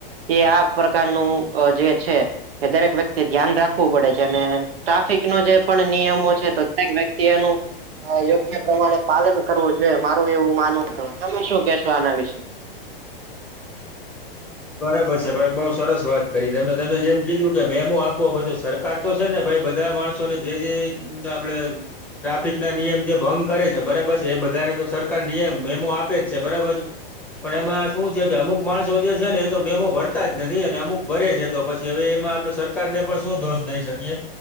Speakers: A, on the right; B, in the centre.
A: એ આ પ્રકારનું જે છે. કે દરેક વ્યક્તિ ધ્યાન રાખવું પડે છે અને ટ્રાફિક ન જે પણ નિયમો છે તો દરેક વ્યક્તિ એનું યોગ્ય પ્રમાણે પાલન કરવું જોઈએ મારું એવું માનવું હત તમે શું કેહેશો આના વિશે.
B: બરાબર છે ભાઈ બઉુ સરસ વાત કરી હતી ત તમે જેમ કીધું કે મેમો આપવો બધ સર કતો છે ને ભાઈ બધા માણસો ને જે જે આપડે ટ્રાફિક ના નિયમ જે ભંગ કરે છે બરાબર છે એ બધાને તો સરકાર નિયમ મેમો આપે જ છે બરાબર છે. પણ એમાં શું છે કે અમુક માણસો જે છે ને તો મેમો ભરતા જ નથી અને અમુક ભરે છે તો પછી હવે એમાં આપડ સરકાર ને પણ શું દોષ દઈ શકીએ.